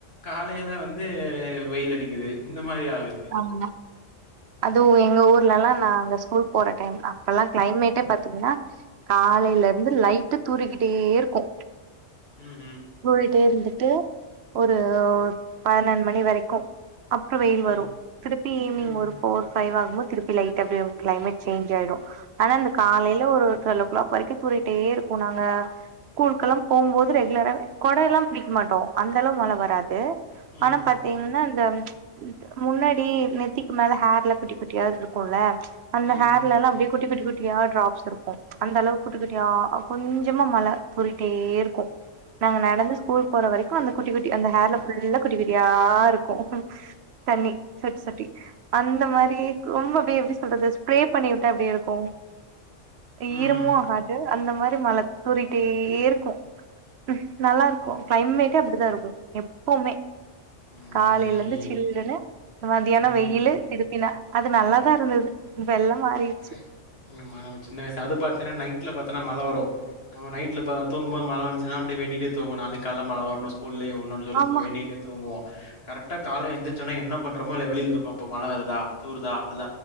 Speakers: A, on the left; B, on the right.
A: காலையில வந்து வெயில் அடிக்குது இந்த மாதிரி ஆகுது
B: ஆமாங்க அதுவு எங்க ஊர்லல்லா நாங்க ஸ்கூல் போற டைம் அப்பல்லா கிளைமேட்டே பாத்தீங்கனா காலையில இருந்து லைட்டா தூறிக்கிட்டே இருக்கு
A: ம் ம்
B: தூறிட்டே இருந்துட்டு ஒரு பனென்ட் மணி வரைக்கும் அப்புறம் வெயில்
A: ம்.
B: வரு திருப்பி ஈவினிங்
A: ம்ஹ்ம்.
B: ஒரு போ ஃபோர் பைவ் வாகும்போத் திருப்பி லைட்டா அப்டியே கிளைமட் சேஞ்ச் ஆய்டு ஆனா இந்த காலையில ஒரு டுவெல ஓ கிளாக் வரைக்கு தூறிட்டே இருக்கு நாங்க ஸ்கூல்கெல்லா போம்போது ரெகுலரா கொட எல்லா பிடிக்க மாட்டோ அந்த அளவு மழ
A: ம்.
B: வராது
A: ம்ஹ்ம்.
B: ஆனா பாத்தீங்ன்னா இந்த முன்னாடி நெத்திக்கு மேல ஹர்ல குட்டி குட்டியா இருக்குல்ல அந்த
A: ம்ஹ்ம்.
B: ஹர்ல எல்லா அப்டியே குட்டி குட்டி குட்டி ட்டியா ட்ராப்ஸ் இருக்கு அந்த அளவுக்கு குட்டி குட்டியா கொஞ்சமா மழ தூறிட்டே இருக்கு நாங்க நடந்து ஸ்கூல் போற வரைக்கு அந்த குட்டி குட்டி அந்த ஹர்ல ஃபுல்லா குட்டி குட்டியா இருக்கு தண்ணி சொட்டி சொட்டி அந்த மாரி ரொம்ப எப்டி எப்டி சொல்றது ஸ்ப்ரே பண்ணிவிட்டா எப்டி இருக்கு
A: ம்.
B: ஈரமு ஆகாது அந்த மாரி மழ தூறிட்டே இருக்கு நல்லா இருக்கு
A: ம்.
B: க்ளைமேட்டே அப்டித்தா இருக்கு எப்போமே
A: ஆமா,
B: காலைல
A: ஆமா.
B: இந்து
A: இது
B: சில்லுன்னு மதியானோ
A: ம்.
B: வெயிலு திருப்பினா அது நல்லாதா இருந்தது இப்ப எல்லா மாறிட்ச்சு
A: ஐ- ஆமா நம்ம சின்ன வயசு அது பாத்தீனா நைட்ல பாத்தீன்னா மழ வரு நம்ம நைட்ல தூங்கும்போது மழ வந்துச்சி நா அப்டி வேண்டிட்டே தூங்குவ நாளைக்கு கால்ல மழ வரனு ஸ்கூல்லே ஒ <unintelligible>
B: ஆமா
A: வேண்டிகிட்டே தூங்குவோ கரெக்டா கால்ல எந்துச்சோன என்ன பண்றோமோ இல்லயோ வெளில போய் பாப்போ மழ வருதா தூறுதா அல்ல